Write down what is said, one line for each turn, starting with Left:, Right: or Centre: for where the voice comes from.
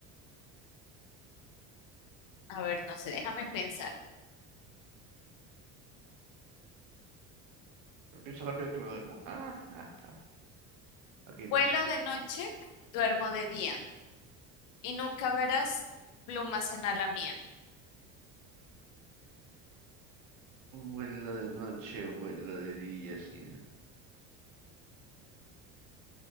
Left: a ver, no sé, déjame pensar.
Right: Pero Piensa rápido que me duermo. Ah, ah. Ok,
Left: Vuelo
Right: no.
Left: de noche, duermo de día y nunca verás plumas en ala mía.
Right: Vuelo de noche, vuelo de día, sí.